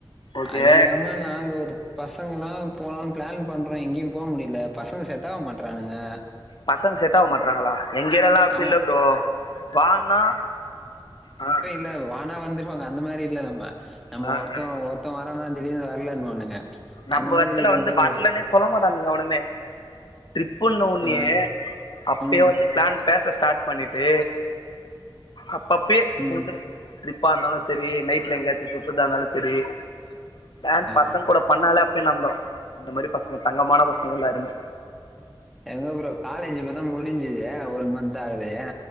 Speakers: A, on the left; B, in the centre.
A: ஓகே
B: அது இல்லாம நாங்க ஒரு பசங்கல்லா போலனு பிளான் பண்றோ எங்கயு போ முடியல பசங்க செட்டாவ மாட்றானுங்க
A: பசங்க செட்டாவ மாட்றாங்களா எங்க ஏரியால்லா அப்டி
B: அவன்
A: இல்ல ப்ரோ வான்னா, ஆ
B: இல்ல வானா வந்துருவாங்க அந்த மாரி இல் நம்ம நம்ம
A: ஆ
B: ஒருத்த
A: ஆ
B: ஒருத்த வரானா திடீர்னு வரலன்னுவானுங்க
A: நம்ம
B: அந்த மாதிரி
A: எடத்துல
B: இருக்கும்போது
A: வந்து வரலன்னே சொல்ல மாட்டானுங்க எவனுமே ட்ரிப்புன்னோனே
B: ஆ
A: அப்பயே
B: ம்
A: வந்து பிளான் பேச ஸ்டார்ட் பண்ணிட்டு, அப்பப்பபே
B: ம்
A: எந்த ட்ரிப்பா இருந்தாலு சேரி நைட்ல எங்கேயாச்சு சுத்துறதா இருந்தாலு சேரி பிளான் பசங்க
B: ஆ
A: கூட அதனாலே அப்பயே நம்ப, அந்த மாரி பசங்க தங்கமான பசங்க எல்லாருமே
B: எங்க ப்ரோ காலேஜ் இப்பதா முடிஞ்சுது ஒன் மந்த் ஆகுது